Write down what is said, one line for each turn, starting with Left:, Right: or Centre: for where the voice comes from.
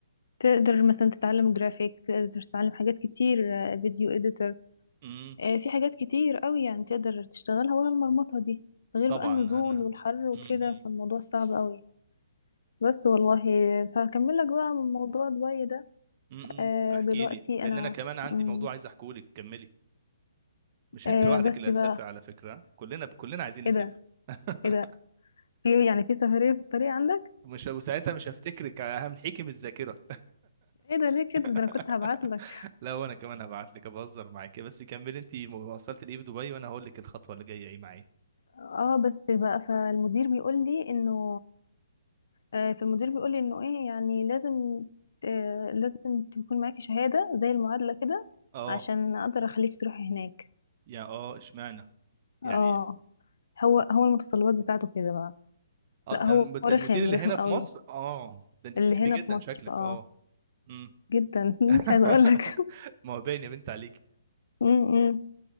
Left: تقدر مثلا تتعلم جرافيك تقدر تتعلم حاجات كتير آه، فيديو اديتور
Right: امم
Left: آه، في حاجات كتير قوي يعني تقدر تشتغلها ولا المرمطه دي غير
Right: طبعا
Left: بقى النزول
Right: انا
Left: والحر وكده
Right: امم امم
Left: فالموضوع صعب قوي بس والله فهكمل لك بقى من موضوع دبي ده
Right: امم، امم،
Left: آه
Right: احكي
Left: دلوقتي
Right: لي لان
Left: انا
Right: انا كمان عندي
Left: مم،
Right: موضوع عايز احكيه لك كملي مش
Left: آه
Right: انت لوحدك
Left: بس
Right: اللي هتسافر
Left: بقى
Right: على فكرة كلنا كلنا عايزين نسافر
Left: ايه ده
Right: <laughs>
Left: ايه ده في يعني في سفرية في الطريق عندك
Right: مش وساعتها مش هفتكرك همحيكي من الذاكرة
Left: ايه ده ليه كده ده
Right: <laughs>
Left: انا كنت هبعت لك
Right: لا وانا كمان هبعت لك بهزر معاك بس كملي انت وصلت لايه في دبي وانا هقول لك الخطوة اللي جاية ايه معايا
Left: اه بس بقى فالمدير بيقول لي انه آه فالمدير بيقول لي انه ايه يعني لازم آه لازم تكون معاكي شهادة زي المعادلة كده
Right: اه
Left: عشان اقدر اخليك تروحي هناك
Right: يا اه اشمعنى يعني
Left: اه هو هو المتطلبات بتاعته كده بقى
Right: اه
Left: لا
Right: ده
Left: هو
Right: الم- ده
Left: رخم
Right: المدير اللي
Left: رخم
Right: هنا
Left: قوي
Right: في مصر اه ده انت
Left: اللي
Right: بتحبيه
Left: هنا
Right: جدا
Left: في مصر
Right: شكلك
Left: اه
Right: اه امم
Left: جدا <laughs>
Right: <laughs>
Left: مش عايزه اقول لك <laughs>
Right: ما هو باين يا بنت عليك
Left: م- م.